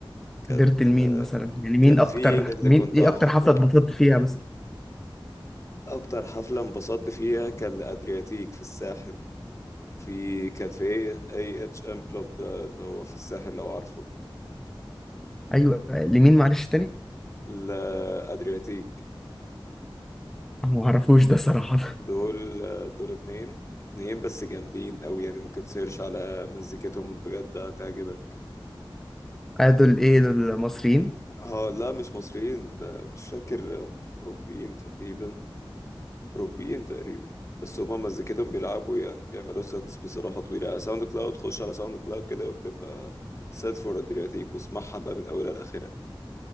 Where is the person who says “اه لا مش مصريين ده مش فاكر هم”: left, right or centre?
Left